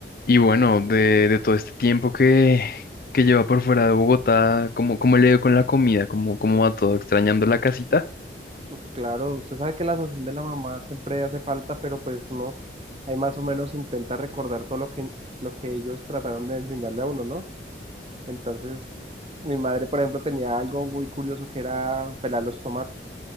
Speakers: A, on the left (about 55°); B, on the right (about 30°).
A: Y bueno, de, de todo este tiempo que, que lleva por fuera de Bogotá, ¿cómo, cómo le dio con la comida? ¿Cómo, cómo va todo? ¿Extrañando la casita?
B: Uf, claro, usted sabe que la sazón de la mamá siempre hace falta, pero pues uno ahí más o menos intenta recordar todo lo que, lo que ellos trataron de enseñarle a uno, ¿no? Entonces, mi madre, por ejemplo, tenía algo muy curioso que era pelar los tomates,